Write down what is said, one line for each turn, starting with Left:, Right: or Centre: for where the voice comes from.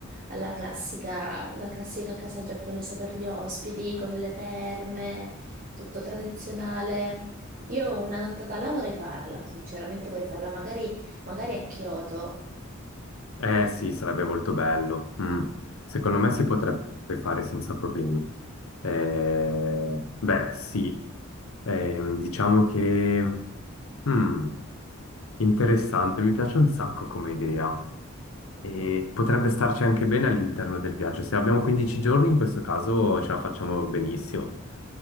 Right: alla classica, la classica casa giapponese per gli ospiti, con le terme, tutto tradizionale. Io una nottata là vorrei farla, sinceramente vorrei farla magari magari a Kyoto.
Left: Eh sì, sarebbe molto bello. Mm. Secondo me si potrebbe fare senza problemi. Eh, beh, sì, Ehm, diciamo che... mm, interessante, mi piace un sacco come idea. E potrebbe starci anche bene all'interno del viaggio. Se abbiamo 15 giorni, in questo caso ce la facciamo benissimo.